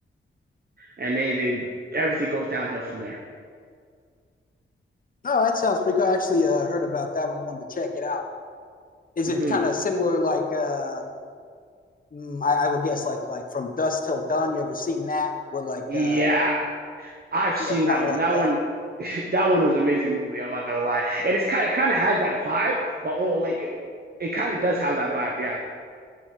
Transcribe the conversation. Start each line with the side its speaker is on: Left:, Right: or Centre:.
Right: and they, they everything goes downhill from there.
Left: Oh, that sounds pretty cool. I actually uh, heard about that one. Wanted to check it out. Is
Right: hmm
Left: it kind of similar like? uh mm, I, I will guess like like from dusk till dawn. You ever seen that? Where like
Right: Yeah,
Left: uh
Right: I've seen
Left: Yeah,
Right: that
Left: kind of
Right: one.
Left: like
Right: That
Left: that.
Right: one, <laughs> that one was an amazing movie. I'm not gonna lie, and it's kind of kind of has that vibe, but oh, like it, it kind of does have that vibe. Yeah.